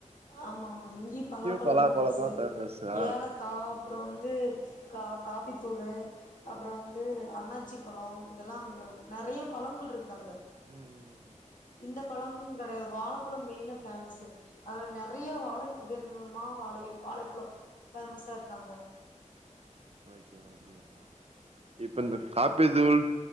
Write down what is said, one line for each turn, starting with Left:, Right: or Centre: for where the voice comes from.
Left: ஆமா ஆமா இங்கேயும் பலா பலம்
Right: பலாப்பழந்தா
Left: பேமஸ்
Right: ஃபேமஸ்ஸா
Left: ஏலக்கா அப்புறம் இந்து காப்பித்தூளு அப்புறம் வந்து அண்ணாச்சி பலம் இதல்லாம் அங்க நிறைய பழங்கள் இருக்கு கங்க
Right: ம்
Left: இந்த பழம் கிடையாது வாழைப்பழம் மெயினா பேமஸ் அதல நிறைய வாழை வித விதமா வாழை வாழைப்பழம் பேஃமஸா இருக்காங்க
Right: ஓகே ஓகே அக்கா இப்ப இந்த காப்பித்தூள்